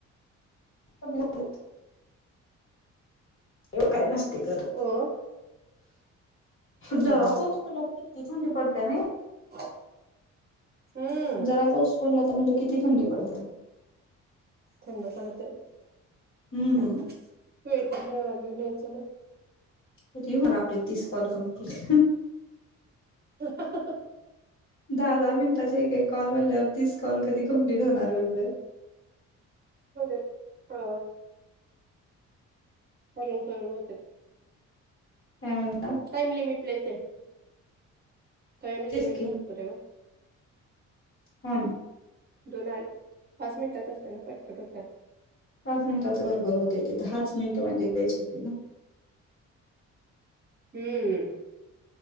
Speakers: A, on the left; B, on the right.
A: क <unintelligible> <unintelligible> तेव काही नसते घरी
B: हो
A: जरा
B: ह ह
A: पाऊस पडला तर किती थंडी पडत्या नाय
B: <inaudible> हम्म
A: जरा पाऊस पडला तर मला किती थंडी पडते
B: थंड पडत आहे
A: हम्म
B: <inaudible> स्वेटर घेऊन यायचं ना
A: कधी होणार आपले तीस कॉल कम्प्लीट
B: ह <inaudible>
A: दहा -दहा मिनिटाचा एक कॉल म्हटल्यावर तीस कॉल कधी कम्प्लीट होणार म्हणलं
B: होऊ देत हो करून करून होतत
A: <unintelligible> त्या
B: टाइम लिमिट लयचय टाईम
A: तेच
B: लिमिट
A: की
B: भरपूर आहे‌ ओ
A: हो ना
B: <inaudible> दोन पाच मिनिटाच असत ना पटपट होतंय
A: पाच मिनिटाचं बरोबर होते ते दहाच मिनिट म्हणजे लयच होतय ना
B: हम्म